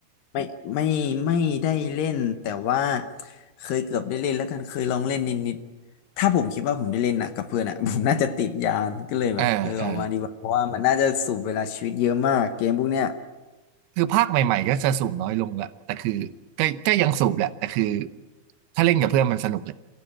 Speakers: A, on the left; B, on the right.
A: ไม่ไม่ไม่ได้เล่นแต่ว่าเคยเกือบได้เล่นแล้วกันเคยลองเล่นนิดๆถ้าผมคิดว่าผมได้เล่นน่ะกับเพื่อนอ่ะ <laughs> ผมน่าจะติดยานก็เลยแบบเออออกมาดีกว่าเพราะว่ามันน่าจะสูบเวลาชีวิตเยอะมากเกมพวกเนี้ย
B: เออเออ คือภาคใหม่ๆก็จะสูบน้อยลงแหละแต่คือก็ก็ยังสูบแหละ แต่คือถ้าเล่นกับเพื่อนมันสนุกแหละ